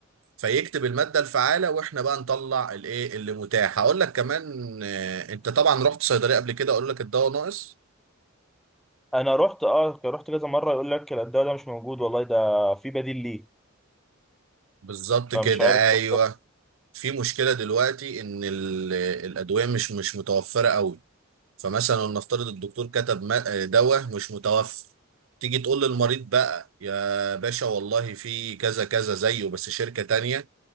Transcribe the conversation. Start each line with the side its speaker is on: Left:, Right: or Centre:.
Right: فيكتب الماده الفعاله واحنا بقى نطلع الايه اللي متاح هقول لك كمان آه انت طبعا رحت صيدليه قبل كده اقول لك الدواء ناقص
Centre: انا رحت اه رحت كذا مره يقول لك لا، الدواء ده مش موجود والله ده في بديل ليه
Right: بالظبط
Centre: فمش
Right: كده
Centre: عارف
Right: ايوه
Centre: ده
Right: في مشكله دلوقتي ان ال- الادويه مش مش متوفره قوي فمثلا نفترض الدكتور كتب ما- آه، دواء مش متوفر تيجي تقول للمريض بقى يا باشا والله في كذا كذا زيه بس شركه تانيه